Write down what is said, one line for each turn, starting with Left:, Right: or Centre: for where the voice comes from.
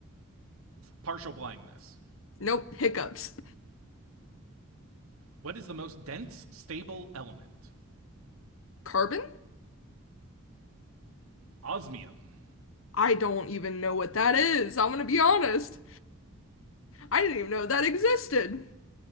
Right: Partial blindness.
Left: Nope, hiccups.
Right: What is the most dense stable element?
Left: Carbon?
Right: Osmium.
Left: I don't even know what that is. I'm gonna be honest. I didn't even know that existed.